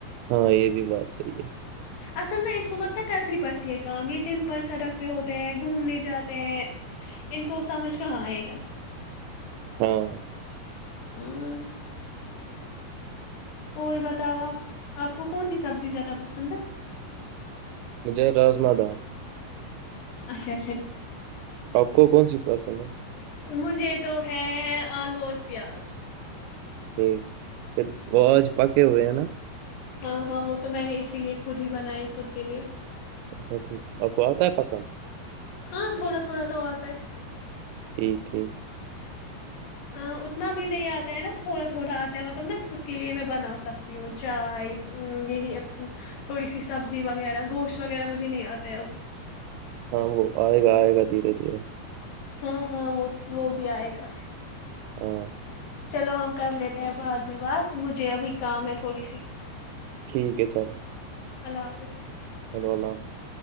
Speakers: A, on the right (about 85°); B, on the left (about 70°).
A: ہاں یہ بھی بات صحی ہے
B: اصل میں ان کو متل کرنی پڑتی ہے کام یہ دن ب سڑک پہ ہوتے ہیں گھومنے جاتے ہیں ان کو سمجھ کہاں آئے گا
A: ہاں
B: ہاں اور بتاؤ آپ آپ کو کون سی سبزی زیادہ پسند ہے
A: مجھے رازمہ داں
B: اچھا اچھا
A: آپ کو کون سی پسند ہے
B: مجھے تو ہے آلو اور پیاز
A: ٹھیک پھر آج پکے ہوئے ہے نا
B: ہاں ہاں وہ تو میں نے اسی لیے خود ہی بنائے خود کے لیے
A: اچھا ٹھیک اپہت ہے پپا
B: ہاں تھوڑا تھوڑا تو آتا ہے
A: ٹھیک ہے
B: ہاں اتنا بھی نہیں ار تا ہے نا تھوڑا تھوڑا آتا ہے مطلب نا خود کے لیے میں بنا سکتی ہوں چائے یہی تھوڑی سی سبزی وغیرہ گوشت وغیرہ مجھے نہیں آتا ہے ابھی
A: ہاں وہ آئے گا آئے گا دھیرے دھیرے
B: ہاں ہاں وہ وہ بھی آئے گا
A: ہاں
B: چلو ہم کر لیتے ہیں بعد میں بات مجھے ابھی کام ہے تھوڑی سی
A: ٹھیک ہے چلو
B: اللہ حافظ
A: چلو اللہ حافظ